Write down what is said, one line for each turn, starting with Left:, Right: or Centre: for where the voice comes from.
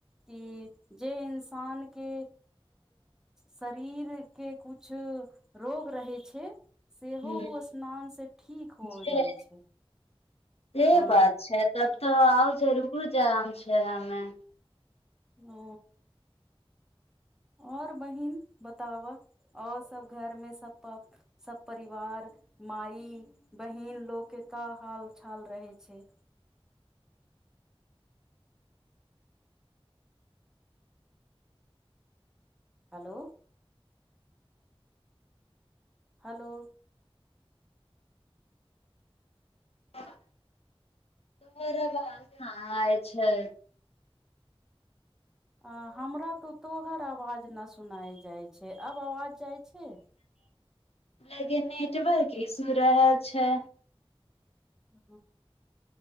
Centre: कि जे इंसानके शरीरके किछ रोग रहै छै सेहो
Left: हूँ
Centre: ओ स्नानसँ ठीक हो
Left: जे
Centre: जाइ छै
Left: से
Centre: हँ
Left: बात छै तब तऽ आउ जरूर जयाम छै हमे
Centre: ह आओर बहीन बताबह आओर सभ घरमे सभ प सभ परिवार मइ बहीन लोकके का हालचाल रहै छै हेलो हेलो
Left: ह <inaudible> तरा बाज नहि छै
Centre: अ हमरा तो तोहर आवाज न सुनाय जाइ छै आब आवाज जाइ छै
Left: लेकिन नेटवर्क ईसू रहल छै
Centre: ह